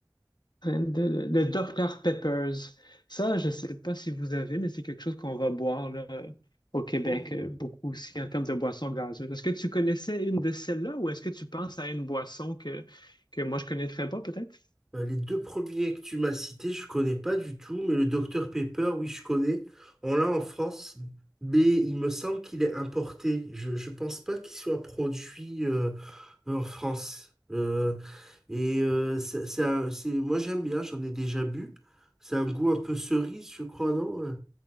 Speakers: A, on the left; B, in the centre.
A: Le, le Dr Peppers. Ça, je sais pas si vous avez, mais c'est quelque chose qu'on va boire là, au Québec,
B: Oh.
A: euh, beaucoup aussi en termes de boissons gazeuses. Est-ce que tu connaissais une de celles-là ou est-ce que tu penses à une boisson que, que moi je connaîtrais pas peut-être?
B: Euh, les deux premiers que tu m'as cités, je connais pas du tout, mais le Dr Pepper, oui, je connais. On l'a en France, mais il me semble qu'il est importé. Je, je pense pas qu'il soit produit. euh, en France. Euh, et euh, c'est, c'est un- c'est- moi j'aime bien, j'en ai déjà bu. C'est un goût un peu cerise, je crois, non? Euh,